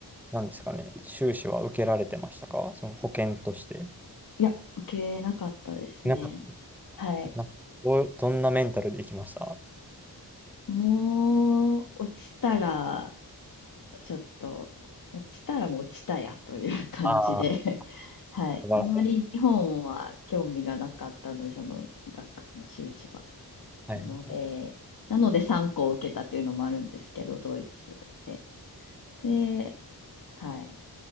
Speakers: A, in the centre; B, on the left (about 60°).
A: なんですかね、修士は受けられてましたかその保険として。
B: いや、受けなかったですね。
A: なんか、
B: はい。
A: なんかどう、どんなメンタルで行きました
B: もう、落ちたら、ちょっと、落ちたらもう落ちたやという感じで、
A: ああー、
B: <laughs> はい。
A: 素晴らしいです。
B: あんまり日本は興味がなかったので、その学、あの修士は。
A: はいはい。
B: なので、なので3校受けたっていうのもあるんですけど、ドイツで。で、はい。